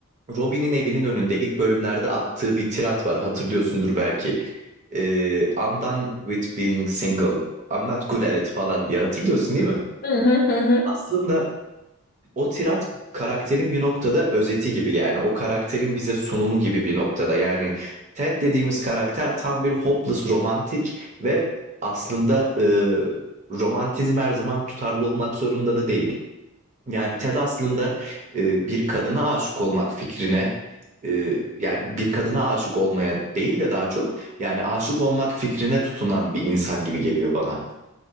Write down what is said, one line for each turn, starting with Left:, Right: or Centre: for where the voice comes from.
Right: Robin'in evinin önünde ilk bölümlerde attığı bir tirat var hatırlıyorsundur belki. Ee, I'm done with being single. I'm not good at it falan diye hatırlıyorsun değil mi?
Left: Hı hı hı hı.
Right: Aslında O tirat karakterin bir noktada özeti gibi yani o karakterin bize sunumu gibi bir noktada yani Ted dediğimiz karakter tam bir hopeless romantik ve aslında e, romantizm her zaman tutarlı olmak zorunda da değil. Yani Ted aslında e, bir kadına aşık olmak fikrine e, yani bir kadına aşık olmaya değil de daha çok yani aşık olmak fikrine tutunan bir insan gibi geliyor bana.